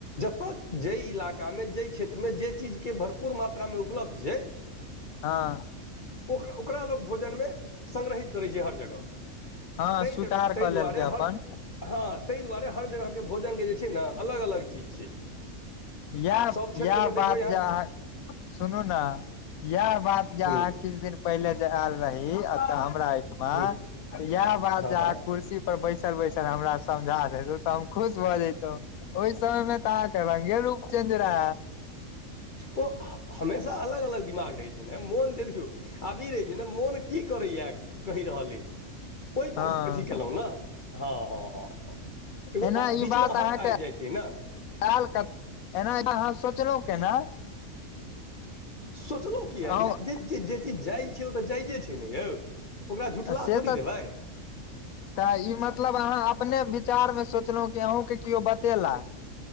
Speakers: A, on the left; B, on the left.
A: जतय जाहि इलाकामे जाहि क्षेत्रमे जे चीजके भरपूर मात्रामे उपलब्ध छै।
B: हँ।
A: ओक ओकरा लोक भोजनमे संगडरहित करैत छै हर जगह।
B: हँ
A: तहि
B: स्वीकार
A: जगह तहि
B: कऽ
A: दुआरे
B: लेलकै अपन
A: हर। हँ ताहि दुआरे हर जगहके भोजनके जे छै ने अलग अलग चीज छै।
B: इएह
A: सभ क्षेत्रमे
B: इएह बात
A: देखबै
B: जे अहाँ। सुनू ने इएह बात जे अहाँ
A: हूँ
B: किछु दिन पहिले जे आयल रही एतऽ हमराठ।
A: हूँ
B: इएह बात
A: हँ
B: जे
A: हँ
B: कुर्सी पर बैस। बैसल हमरा समझा देेतो तऽ हम खुश भ जतो ओहि समय मे त अह के रंगे रूप। चन्दरा।
A: ओ हमेशा अलग अलग दिमाग रहैत छै ने मोन देखियौ। आब ई रहै छै ने मोन की करैएा कहि रहल अइ। ओहिपर
B: हँ
A: अथी केलहुँ ने हँ हँ हँ हँ। एगो
B: एना ई
A: बीच
B: बात
A: मे
B: अहाँके
A: अहंग आबि जाइ छै ने।
B: आयल क एना अहाँ सोचलहुँ केना।
A: सोचलहुँ किएक
B: अहूँ
A: जे जे चीज जाइज छै ओ त जाइजे छै ने यौ। ओकरा झुठला
B: आ से
A: थोड़ी
B: त।
A: देबै
B: त ई मतलब अहाँ अपने विचार में सोचलहुं कि अहूँके केयो बतेला।